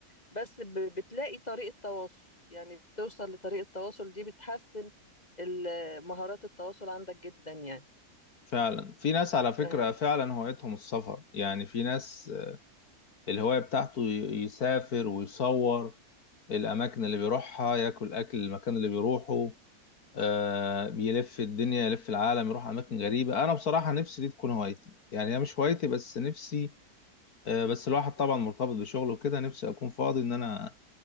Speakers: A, on the left (about 25°); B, on the left (about 75°).
A: بس ب- بتلاقي طريقة تواصل يعني بتوصل لطريقة تواصل دي بتحسن ال- مهارات التواصل عندك جدا يعني
B: فعلا في ناس على فكرة
A: فاهم؟
B: فعلا هوايتهم السفر يعني في ناس الهواية بتاعته ي- يسافر ويصور الأماكن اللي بيروحها ياكل أكل المكان اللي بيروحه آه بيلف الدنيا يلف العالم يروح أماكن غريبة أنا بصراحة نفسي دي تكون هوايتي يعني هي مش هوايتي بس نفسي آه بس الواحد طبعا مرتبط بشغله وكده نفسي أكون فاضي إن أنا